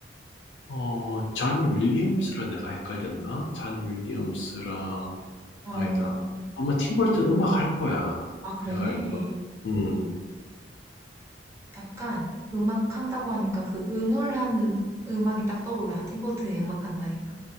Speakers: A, on the left; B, on the right.
A: 어, 잔 윌리엄스랑 내가 헷갈렸나? 잔 윌리엄스랑,
B: 어,
A: 아니다. 아마 팀 버튼 음악 할 거야.
B: 아, 그래.
A: 내가 알기로. 음,
B: 약간 음악 한다고 하니까 그 음울한 음악이 딱 떠올라. 팀버튼이 음악 한다니까.